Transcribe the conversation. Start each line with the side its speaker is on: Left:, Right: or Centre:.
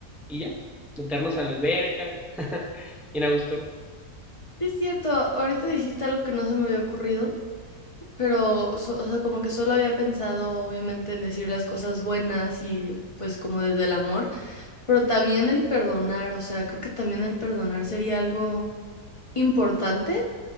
Centre: y ya, meternos a la alberca, <laughs> bien a gusto.
Left: Sí, es cierto, ahorita dijiste algo que no se me había ocurrido. Pero, so- o sea, como que solo había pensado, obviamente, en decir las cosas buenas y pues como desde el amor, pero también el perdonar, o sea, creo que también el perdonar sería algo importante,